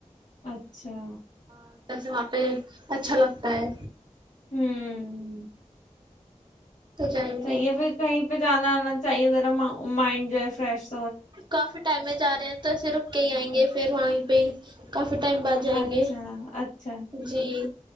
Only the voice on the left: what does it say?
اچھا
ہمم
چاہیے
پھر کہیں پہ جانا چاہیے ذرا مائنڈ جو ہے فرش
اچھا
اچھا